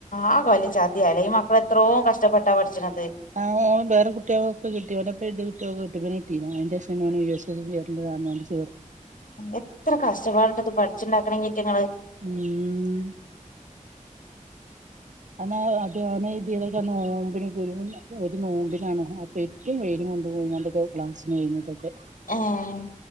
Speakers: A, on the left; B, on the right.
A: ആ കൊലചദ്യാല്ലേ ഈ മക്കളെത് എത്രോം കഷ്ടപ്പെട്ടാ പഠിച്ചണത്
B: ആഓ വേറെ കുട്ടിഓകൊക്കെ കിട്ടി ഇവർടൊപ്പെഴുതിയ കുട്ടികക് ഇവനീട്ടി ഞാഅയിൻ്റെ സെന്നാണ് യൂസെഴുതി <unintelligible>
A: എത്ര കഷ്ടപ്പാടുണ്ട്ത് പഠിച്ചിണ്ടാക്കണെങ്കി ഈറ്റിങ്ങള്
B: ഉം അന്ന് അത് ഓന് ഇതിതൊക്കെ നോമ്പിനൊക്കെരു ഒരു നോമ്പിനാണ് അപ്പേറ്റവും വേഗം കൊണ്ടുപോയി ഓൻ്റെക്കെ ക്ലാസ്സ്കഴിഞ്ഞിട്ടൊക്കെ
A: ആഹ്